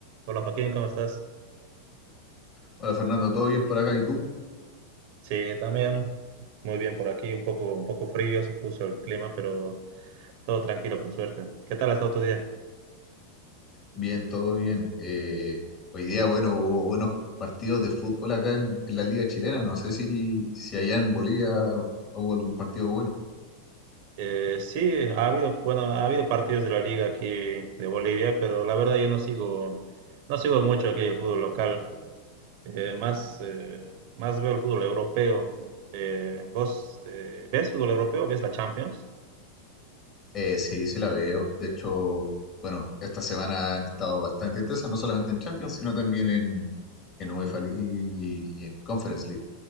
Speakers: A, on the right; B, on the left.
A: Hola Joaquín, ¿cómo estás?
B: Hola Fernando, ¿todo bien por acá? ¿Y tú?
A: Sí, también muy bien por aquí, un poco, un poco frío se puso el clima, pero todo tranquilo por suerte. ¿Qué tal ha estado tu día?
B: Bien, todo bien. Eh, hoy día, bueno, hubo buenos partidos de fútbol acá en, en la Liga Chilena. No sé si, si allá en Bolivia hubo algún partido bueno.
A: Eh, sí, ha habido, bueno, ha habido partidos de la liga aquí de Bolivia, pero la verdad yo no sigo, no sigo mucho aquí el fútbol local. Eh, más, eh, más veo el fútbol europeo. Eh, ¿vos eh, ves fútbol europeo? ¿Ves la Champions?
B: Eh, sí, sí la veo. De hecho, bueno, esta semana han estado bastante intensas, no solamente en Champions, sino también en, en UEFA League y, y en Conference League.